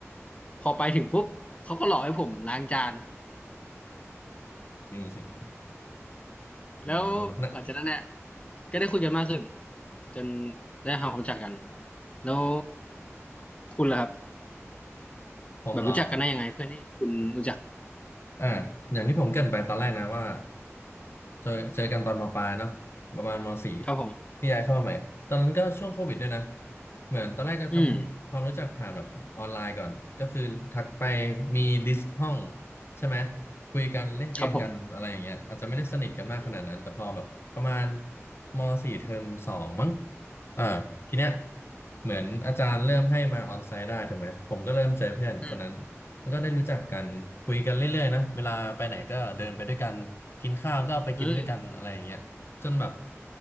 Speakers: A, on the left (about 25°); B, on the left (about 50°).
A: พอไปถึงปุ๊บเขาก็หลอกให้ผมล้างจาน
B: อืมอืมอืมนะ
A: แล้วหลังจากนั้นเนี่ยก็ได้คุยกันมากขึ้นจนได้ทำความรู้จักกันแล้วคุณล่ะครับ
B: ผมเหรอ
A: แบบรู้จักกันได้ยังไงเพื่อนที่คุณรู้จัก
B: อ่าอย่างที่ผมเกริ่นไปตอนแรกนะว่าเจอเจอกันตอนมปลายเนาะประมาณมสี่
A: ครับผม
B: พี่ย้ายเข้ามาใหม่ตอนนั้นก็ช่วงโควิดด้วยนะเหมือนตอนแรกจะทำความรู้จักผ่านแบบออนไลน์ก่อนก็คือทักไป
A: อืมอืม
B: มีดิสห้องใช่ไหมคุยกันเล่นเกมกันอะไรอย่างเงี้ยอาจจะไม่ได้สนิทกันมากขนาดนั้นแต่พอแบบประมาณ
A: ครับผมอืม
B: มสี่เทอมสองมั้งอ่าทีเนี้ยเหมือนอาจารย์เริ่มให้มาออนไซต์ได้ถูกไหมผมก็เริ่มเจอเพื่อนคนนั้น
A: อืม
B: แล้วก็ได้รู้จักกันคุยกันเรื่อยๆนะเวลาไปไหนก็เดินไปด้วยกันกินข้าวก็ไปกินด้วยกันอะไรอย่างเงี้ยจนแบบ
A: เอ้ย